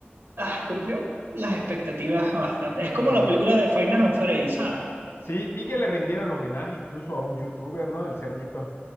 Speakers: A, on the right; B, on the left.
A: ah, cumplió las expectativas bastante. Es
B: Ajá.
A: como la película de Five Nights at Freddy's, ¿sabes?
B: Sí, vi que le rindieron homenaje incluso a un youtuber, ¿no? El cerdito.